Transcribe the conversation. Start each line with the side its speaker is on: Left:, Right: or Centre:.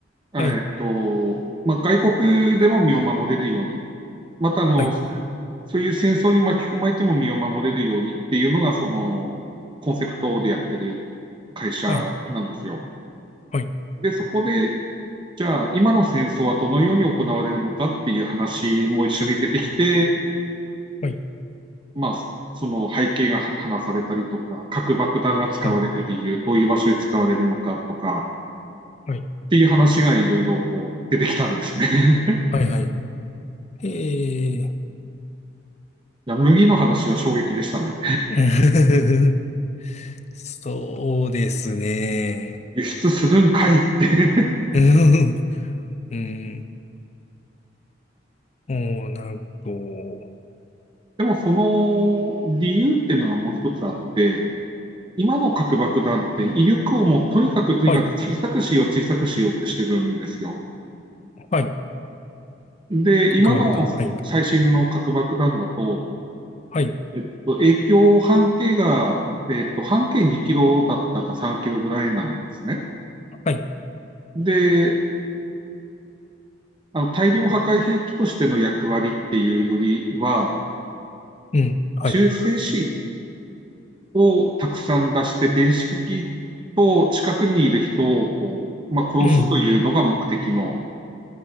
Right: えっと、
Left: はい。
Right: まあ、外国でも身を守れるように、またあの、
Left: はい。
Right: そういう戦争に巻き込まれても身を守れるようにっていうのが、そのコンセプトでやってる会社なんですよ。
Left: はい。はい。
Right: で、そこで、じゃあ今の戦争はどのように行われるのかっていう話も一緒に出てきて、
Left: はい。
Right: まあ、その背景が話されたりとか、核爆弾が使われる理由、
Left: はい。
Right: どういう場所で使われるのかとか
Left: はい。
Right: っていう話がいろいろこう出てきたんですね。<laughs>
Left: はい。はいええ。
Right: いや麦の話は衝撃でしたね。
Left: <laughs> そうですね。
Right: 輸出するんかいって。
Left: <laughs> うん。うんおー、なるほど。
Right: でもその理由っていうのがもう一つあって、今の核爆弾って威力をもうとにかくとにかく小さくしよう、
Left: はい。
Right: 小さくしようってしてるんですよ。
Left: はい。
Right: で、
Left: 核爆弾。
Right: 今の
Left: はい。
Right: 最新の核爆弾だと、
Left: はい。
Right: えっと、影響半径が、えっと、半径2キロだったか3キロぐらいなんですね。
Left: はい。
Right: で、あの大量破壊兵器としての役割っていうよりは、
Left: うん。はい。
Right: 中性子をたくさん出して、電子機器と近くにいる人をこう、まあ、殺すというのが目的の
Left: うん。